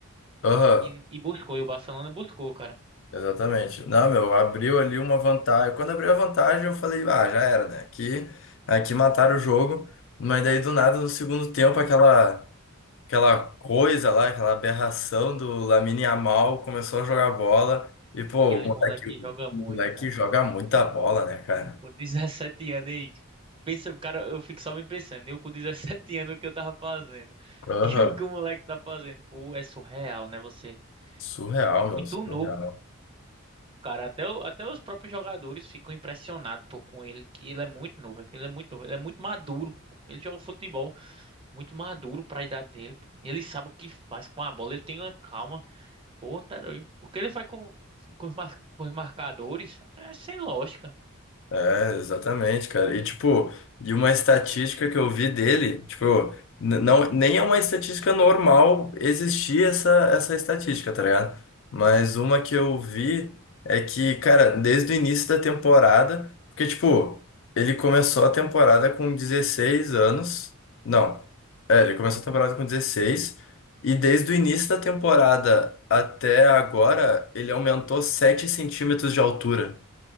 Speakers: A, on the left; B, on the right.
A: Aham.
B: e, e, e buscou. E o Barcelona buscou, cara.
A: Exatamente. Não, meu, abriu ali uma vantagem. Quando abriu a vantagem, eu falei, ah, já era, né? Aqui, aqui mataram o jogo. Mas daí, do nada, no segundo tempo, aquela, aquela coisa lá, aquela aberração do Lamine Yamal começou a jogar bola. E, pô,
B: Aquele
A: o moleque,
B: moleque joga muito,
A: o moleque
B: cara.
A: joga muita bola, né, cara?
B: Com 17 anos aí. Pensa, cara, eu fico só me pensando. Eu com 17 anos o que eu tava fazendo. <laughs>
A: Aham.
B: E o que o moleque tá fazendo? Pô, é surreal, né? Você
A: Surreal,
B: é muito
A: meu, surreal.
B: novo, cara. Até, o- até os próprios jogadores ficam impressionados, pô, com ele, que ele é muito novo. é que Ele é muito novo, ele é muito maduro, pô. Ele joga futebol. muito maduro pra idade dele. Ele sabe o que faz com a bola, ele tem uma calma. Pô, tá doido. O que ele faz com, com, os, mar- com os marcadores é sem lógica.
A: É, exatamente, cara. E tipo, de uma estatística que eu vi dele, tipo, n- não, nem é uma estatística normal existir essa, essa estatística, tá ligado? Mas uma que eu vi é que, cara, desde o início da temporada, porque, tipo, ele começou a temporada com 16 anos. Não, é, ele começou a temporada com 16 e desde o início da temporada até agora, ele aumentou 7 centímetros de altura.